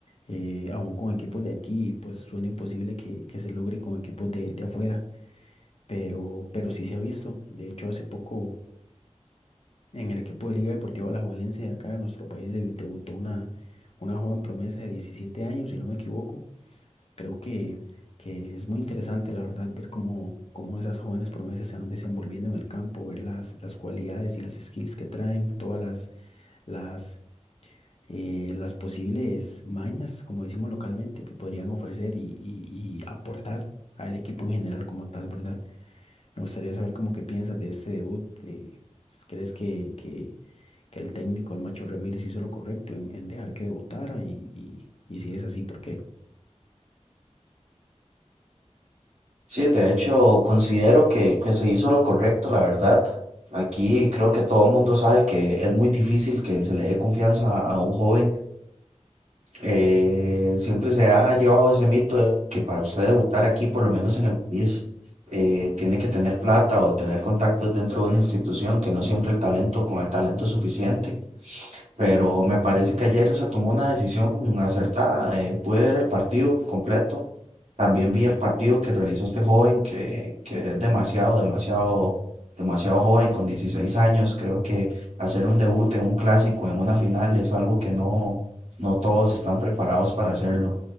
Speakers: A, on the left; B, on the right.
A: Eh, aún con equipos de aquí, pues suena imposible que, que se logre con equipos de, de afuera. pero, pero sí se ha visto. De hecho, hace poco en el equipo de Liga Deportiva Alajuelense de acá de nuestro país debu- debutó una, una joven promesa de 17 años, si no me equivoco. Creo que, que es muy interesante, la verdad, ver cómo, cómo esas jóvenes promesas se van desenvolviendo en el campo, ver las, las cualidades y las skills que traen, todas las, las, eh, las posibles mañas, como decimos localmente, que podrían ofrecer y, y y aportar al equipo en general como tal, ¿verdad? Me gustaría saber cómo que piensas de este debut. eh, ¿crees que, que, que el técnico, el Macho Ramírez, hizo lo correcto en, en dejar que debutara? Y, y, y si es así, ¿por qué?
B: Sí, de hecho, considero que, que se hizo lo correcto, la verdad. Aquí creo que todo el mundo sabe que es muy difícil que se le dé confianza a a un joven eh, siempre se ha llevado ese mito de que para usted debutar aquí, por lo menos en el país, eh, tiene que tener plata o tener contactos dentro de una institución, que no siempre el talento, con el talento es suficiente pero me parece que ayer se tomó una decisión acertada. eh, pude ver el partido completo. También vi el partido que realizó este joven que, que es demasiado, demasiado, demasiado joven, con 16 años. Creo que hacer un debut en un clásico, en una final, es algo que no, no todos están preparados para hacerlo.